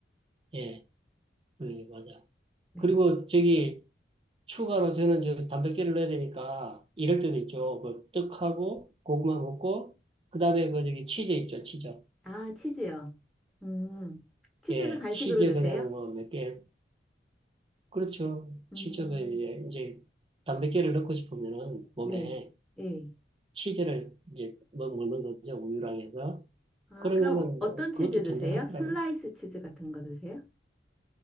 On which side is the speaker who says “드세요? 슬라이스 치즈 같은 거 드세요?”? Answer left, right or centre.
Centre